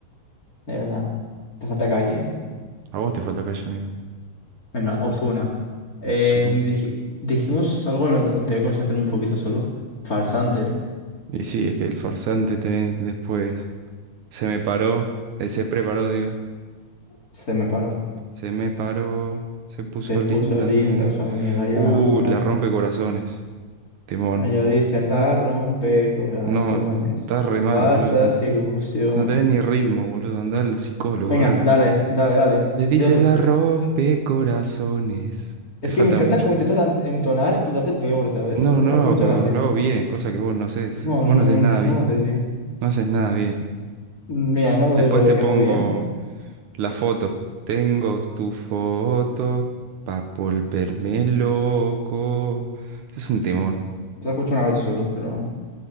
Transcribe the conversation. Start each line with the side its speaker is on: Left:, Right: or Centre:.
Left: De verdad. Te falta calle, ¿eh?
Right: A vos te falta calle, amigo.
Left: Venga, Ozuna. Em,
Right: Ozuna.
Left: dij- dijimos algo en la anterior conversación un poquito solo. Farsante, ¿eh?
Right: Y sí, es que el farsante tenés después... Se me paró, eh, se preparó, digo.
Left: Se me paró.
Right: Se me paró, se puso
Left: Se puso
Right: linda
Left: linda,
Right: también.
Left: su amiga ya
Right: Uh,
Left: la amaba.
Right: la rompe corazones, Timón.
Left: Allá dicen la rompe corazones,
Right: No, estás re mal,
Left: falsas
Right: boludo.
Left: ilusiones.
Right: No tenés ni ritmo, boludo. Andá al psicólogo
Left: Venga,
Right: o algo.
Left: dale, dale, dale.
Right: Le dice
Left: Dilo tú.
Right: la rompe corazones.
Left: Es
Right: Te falta
Left: que me encanta
Right: mucho.
Left: cómo intentas an- entonar y lo haces peor, ¿sabes?
Right: No,
Left: <laughs> Me
Right: no lo
Left: hace mucha
Right: hago peor,
Left: gracia.
Right: lo hago bien, cosa que vos no haces.
Left: No,
Right: Vos
Left: no,
Right: no haces
Left: no,
Right: nada
Left: no, no
Right: bien.
Left: lo haces bien.
Right: No haces nada bien.
Left: Mira, no lo
Right: Después
Left: digo lo
Right: te
Left: que
Right: pongo
Left: hago bien.
Right: la foto. Tengo tu foto pa' volverme loco. Ese es un temón.
Left: Te lo escucho una vez solo, pero